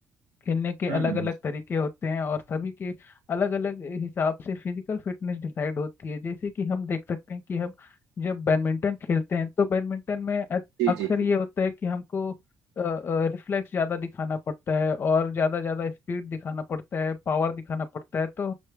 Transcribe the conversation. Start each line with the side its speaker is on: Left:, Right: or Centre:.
Left: खेलने के
Right: हम्म
Left: अलग अलग तरीके होते हैं और सभी के अलग अलग हिसाब से फिजिकल फिटनेस डिसाइड होती है जैसे कि हम देख सकते हैं कि हम जब बैडमिंटन खेलते हैं तो बैडमिंटन में अ-
Right: जी
Left: अक्सर
Right: जी जी
Left: ये होता है कि हमको रिफ्लेक्स ज़्यादा दिखाना पड़ता है और ज़्यादा ज़्यादा स्पीड दिखाना पड़ता है पावर दिखाना पड़ता है तो